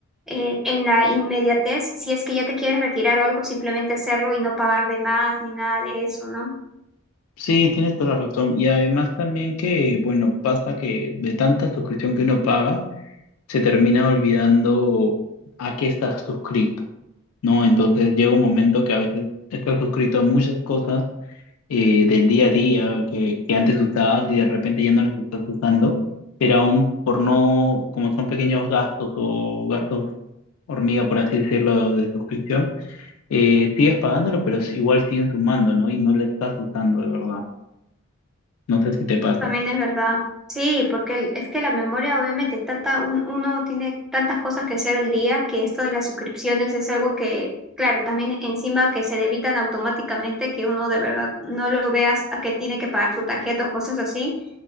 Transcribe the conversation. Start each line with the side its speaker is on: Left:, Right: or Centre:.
Centre: eh, en la inmediatez, si es que ya te quieres retirar o algo, simplemente hacerlo y no pagar de más ni nada de eso, ¿no?
Left: Sí, tienes toda la razón. Y además también que, bueno, pasa que de tanta suscripción que uno paga, se termina olvidando a qué estás suscrito, ¿no? Entonces llega un momento que a veces estás suscrito a muchas cosas eh, del día a día que, que antes usabas y de repente ya no los estás usando, pero aún por no, como son pequeños gastos o gastos hormiga, por así decirlo, de suscripción, eh, sigues pagándolo, pero s- igual siguen sumando, ¿no? Y no lo estás usando de verdad. No sé si te pasa.
Centre: También es verdad. Sí, porque el- es que la memoria, obviamente, tanta, un- uno tiene tantas cosas que hacer al día que esto de las suscripciones es algo que, claro, también encima que se debitan automáticamente, que uno de verdad no lo veas a que tiene que pagar su tarjeta o cosas así.